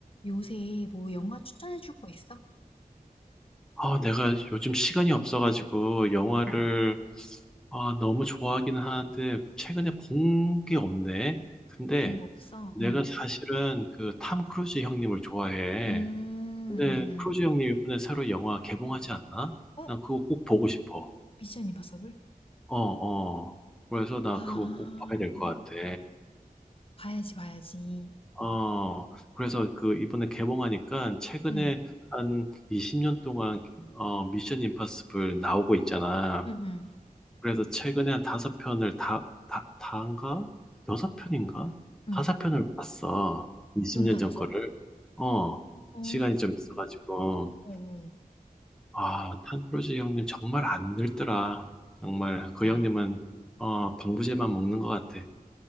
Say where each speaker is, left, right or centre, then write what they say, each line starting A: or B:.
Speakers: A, on the left; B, in the centre.
A: 요새 뭐 영화 추천해줄 거 있어?
B: 아, 내가 요즘 시간이 없어가지고 영화를
A: 응.
B: 아, 너무 좋아하기는 하는데 최근에 본 게 없네. 근데
A: 본 거 없어?
B: 내가
A: 응.
B: 사실은 그 탐 크루즈 형님을 좋아해.
A: 음,
B: 근데
A: 음,
B: 크루즈 형님 이번에 새로 영화 개봉하지 않나?
A: 음. 어?
B: 난 그거 꼭 보고 싶어.
A: 미션 임파서블?
B: 어, 어. 그래서 나
A: 아,
B: 그거 꼭 봐야 될 것 같아.
A: 봐야지, 봐야지.
B: 어, 그래서 그 이번에 개봉하니까 최근에
A: 응,
B: 한 20년 동안 어, 미션 임파서블 나오고 있잖아.
A: 응, 응,
B: 그래서 최근에 한 다섯 편을 다, 다, 다인가? 여섯 편인가?
A: 응.
B: 다섯 편을 봤어. 20년
A: 연달아서?
B: 전 거를. 어,
A: 어,
B: 시간이 좀 있어가지고.
A: 어, 어.
B: 아, 탄프로지 형님 정말 안 늙더라. 정말 그
A: 자,
B: 형님은, 어, 방부제만 먹는 것 같아.